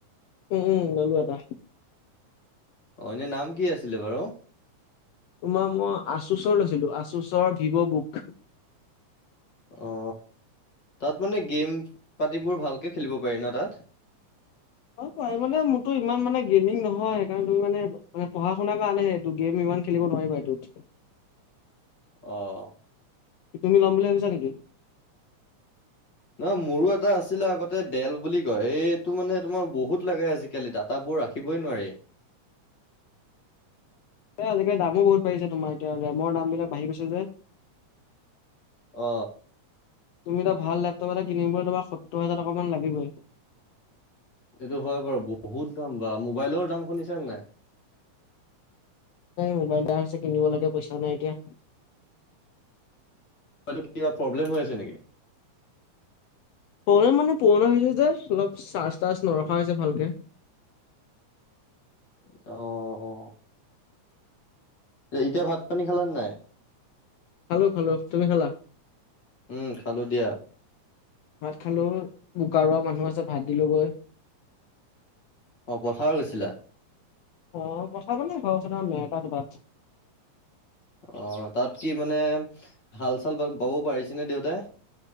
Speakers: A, on the left (about 70°); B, on the left (about 40°).
A: উম উম ল'লো এটা
B: অ এনে নাম কি আছিলে বাৰু
A: তোমাৰ মই আচুচৰ লৈছিলো আচুচৰ ভিভ বুক
B: অ তাত মানে গেম পাতিবোৰ ভালকে খেলিব পাৰি ন তাত
A: অ প মানে মোৰতো ইমান মানে গেমিং নহয় সেইকাৰণে তুম মানেে পঢ়া শুনা কৰা আনেহে ত গেম ইমান খেলিব নোৱাৰি বাইদউত
B: অ
A: তুমি ল'ম বুলি ভাবছা নেকি
B: নহ মোৰো এটা আছিলে আগতে ডেল বুলি কয় এইটো মানে তোমাৰ বহুত লাগে আজিকালি তাত কটাবোৰ ৰাখিবই নোৱাৰি
A: এ আজিকালি দামো বহুত পঢিছে তোমাৰ এতিয়া ৰেমৰ দাম বিলাক বাঢ়ি গৈছে যে
B: অ
A: তুমি এটা ভাল লেপটপ এটা কিনিব তোমাৰ সত্ত হাজ টকা মান লাগিবই
B: এইটো হয় বাৰু বহুত দাম বা মোবাইলৰ দাম শুনিছনেে নাই
A: মোবাইল এটা হৈছে কিনিব লাগে পইচা নাই এতিয়া
B: কিবা প্ৰব্লেম হৈ আছে নেকি
A: প্ৰবলেম মানে পুৰণা হৈছে যে অলপ চাৰ্জ তাৰ্জ নৰখা হৈছে ভালকে
B: অ অ এতিয়া ভাত পানী খালান নাই
A: খেলো খালো তুমি খেলা
B: উম খালো দিয়া
A: ভাত খালো বোকাা মানুহ আছে ভাত দিলো গৈ
B: অ পথাৰ গৈছিলা
A: অ পঠালে ঘ ম ত বাৰ
B: অ তাত কি মানে হাল চাল বাবও পাৰিছেনে দেউতাই